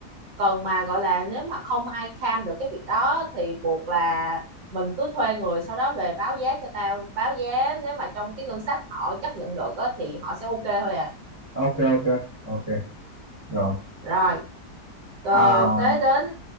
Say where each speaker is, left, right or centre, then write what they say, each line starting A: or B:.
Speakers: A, on the right; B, on the right.
A: cần mà gọi là nếu mà không ai cam được cái việc đó thì buộc là mình cứ thuê người sau đó về báo giá cho tao báo giá nếu mà trong cái ngân sách họ chấp nhận được á, thì họ sẽ ok thôi à
B: ok ok ok rồi
A: rồi ờ,
B: à
A: tới đến